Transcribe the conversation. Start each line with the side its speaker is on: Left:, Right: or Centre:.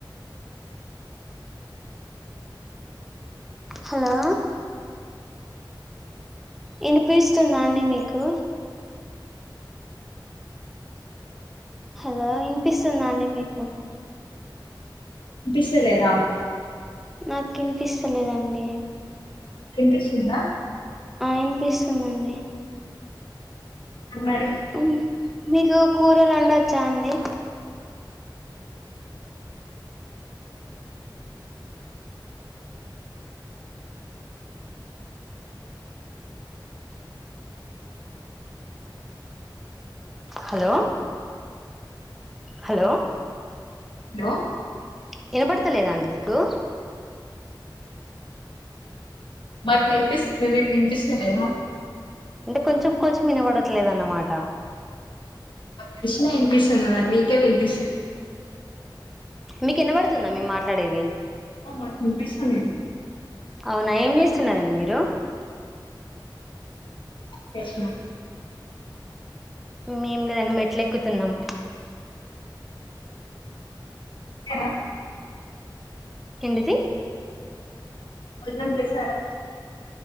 Centre: హలో వినిపిస్తున్నాండి మీకు హలో ఇనిపిస్తున్నా అండి మీకు
Left: బిసలేదా
Centre: నాకు కినిపిస్తలేదండి
Left: ఏంపిస్తుందా
Centre: ఇనిపిస్తుందండి
Left: మరి
Centre: అవును మీకు కూరలు రెండు వచ్చాడి హలో హలో
Left: హలో
Centre: వినబడతలేదా అండి మీకు
Left: మాకు వినిపిస్తుంది మీకు వినిపిస్తును ఎలా
Centre: అంటే కొంచెం కొంచెం వినబడట్లేదున్నమాట
Left: కశిన వినిపిస్తుంది మరి మీకే వినిపిస్తుంది
Centre: మీకు ఎన్న పడుతుందా మీ మాట్లాడేది
Left: ముంటే సమయం
Centre: అవునా ఏం చేస్తున్నడి మీరు
Left: కష్
Centre: మేము లేదని మెట్లెక్కుతున్నాము
Left: తిన్నారా?
Centre: ఏంటిది
Left: మన్నం చే సారా